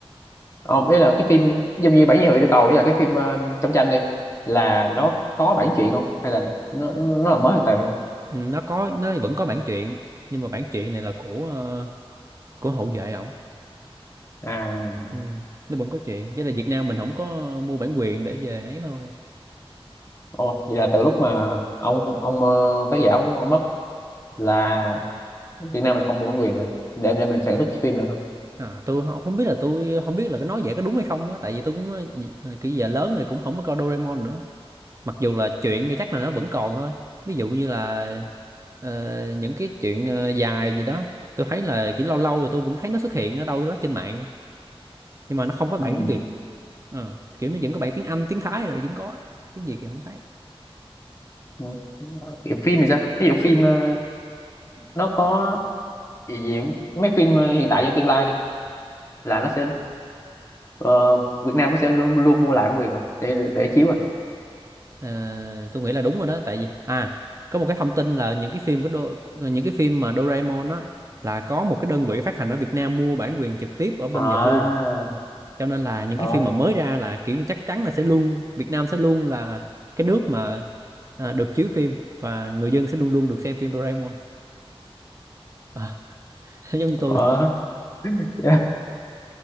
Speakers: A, on the left; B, on the right.
A: ờ, ý là cái phim giống như bản dị hữu địa cầu ý là cái phim ờ, trong tranh đi là nó có bản truyện không hay là nó nó là mới hoàn toàn luôn
B: ừ, nó có nó vẫn có bản truyện nhưng mà bản truyện này là của ờ, của hậu vệ ổng
A: à
B: ừ, nó vẫn có chuyện chỉ là Việt Nam mình không có mua bản quyền để về ấy thôi
A: ồ vậy là từ lúc mà ông ông ờ, tác giả ông, ông mất là Việt Nam mình không mua bản quyền nữa để để mình sản xuất phim nữa hả?
B: à tôi không không biết là tôi không biết là cái nói vậy có đúng hay không á tại vì tôi cũng ờ, dị- ờ, kiểu giờ lớn rồi cũng không có coi Doraemon nữa mặc dù là chuyện thì chắc là nó vẫn còn thôi ví dụ như là ờ, những cái chuyện ờ, dài gì đó tôi thấy là kiểu lâu lâu rồi tôi vẫn thấy nó xuất hiện ở đâu đó trên mạng nhưng mà nó không có bản
A: ừ.
B: tiếng Việt Ờ, kiểu nó vẫn có bản tiếng Anh tiếng Thái rồi vẫn có tiếng gì thì không thấy
A: ừ. Phim thì sao ví dụ phim ờ, nó có vì gì mấy phim ờ, hiện tại trong tương lai đi là nó sẽ ờ, Việt Nam nó sẽ luôn, luôn mua lại bản quyền à để để, để chiếu à
B: Ờ, tôi nghĩ là đúng rồi đó tại vì à có một cái thông tin là những cái phim của Do, những cái phim mà Doraemon á là có một cái đơn vị phát hành ở Việt Nam mua bản quyền trực tiếp ở bên
A: à
B: Nhật luôn cho nên là những
A: ờ
B: cái phim mà mới ra là kiểu như chắc chắn là sẽ luôn Việt Nam sẽ luôn là cái nước mà à, được chiếu phim và người dân sẽ luôn luôn được xem phim Doraemon à, <laughs> giống như tôi
A: ờ <laughs>